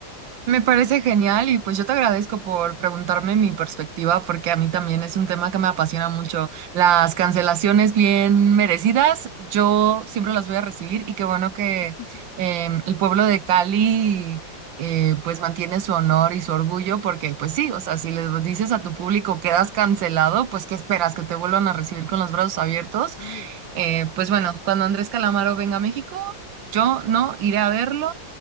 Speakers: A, on the right; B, on the left.
A: Me parece genial y pues yo te agradezco por preguntarme mi perspectiva porque a mí también es un tema que me apasiona mucho. Las cancelaciones bien merecidas, yo siempre las voy a recibir y qué bueno que
B: <laughs>
A: em, el pueblo de Cali eh, pues mantiene su honor y su orgullo porque pues sí, o sea, si les dices a tu público quedas cancelado, pues ¿qué esperas? ¿Que te vuelvan a recibir con los brazos abiertos?
B: Ay, sí.
A: Eh, pues bueno, cuando Andrés Calamaro venga a México, yo no iré a verlo